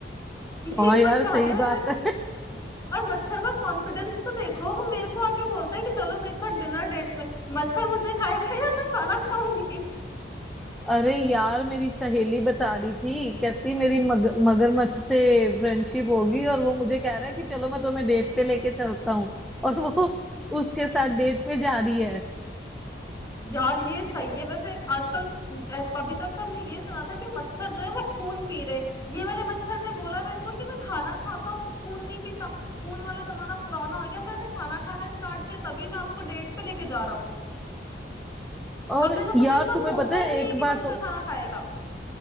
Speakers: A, on the left (about 20°); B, in the centre.
A: <laughs>
B: हाँ
A: ये
B: यार
A: कोई जाने
B: सही
A: वाला
B: बात
A: है
B: है
A: और मच्छर का कॉन्फिडेंस तो देखो वो मेरे को आके बोलता है कि चलो मेरे साथ डिनर डेट में मच्छर मुझे खाएगा या मैं खाना खाऊंगी
B: अरे यार मेरी सहेली बता रही थी कहती मेरी मग, मगरमच्छ से फ्रेंडशिप होगी और वो मुझे कह रहा है कि चलो मैं तुम्हें डेट पे लेके चलता हूँ और वो उसके साथ डेट पे जा रही है
A: यार ये सही है वैसे आजकल अ, अभी तक तो हमने ये सुना था कि मच्छर जो है वो खून पी रहे ये वाले मच्छर ने बोला मेरे को कि मैं खाना खाता हूँ खून नहीं पीता खून वाला जमाना पुराना हो गया मैंने खाना खाना स्टार्ट किया तभी मैं आपको डेट पे लेके जा रहा हूँ
B: और
A: हमने तो
B: यार
A: कभी ऐसा
B: तुम्हें
A: सोचा
B: पता
A: ही
B: है
A: नहीं
B: एक
A: है कि
B: बात
A: मच्छर खाना खाएगा